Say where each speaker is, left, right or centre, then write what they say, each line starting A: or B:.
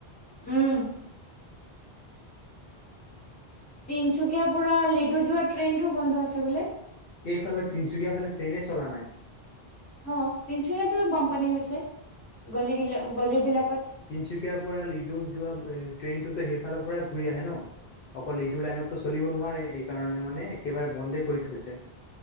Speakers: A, on the left; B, on the left.
A: উম। তিনচুকীয়াৰ পৰা লিডু যোৱা ট্ৰেইন টোও বন্ধ আছে বোলে?
B: এইফালে তিনিচুকীয়া ফালে ট্ৰেইনে চলা নাই।
A: অঁ তিনিচুকিয়াতো বানপানী হৈছে গলি গলি গলিবিলাকত।
B: তিনিচুকীয়াৰ পৰা লিডু যোৱা ট্ৰেইনটোতো সেইফালৰ পৰা ঘূৰি আহে ন। অকল এইটো লাইনতো চলিব নোৱাৰে এই কাৰণে মানে একেবাৰে বন্ধে কৰি থৈছে।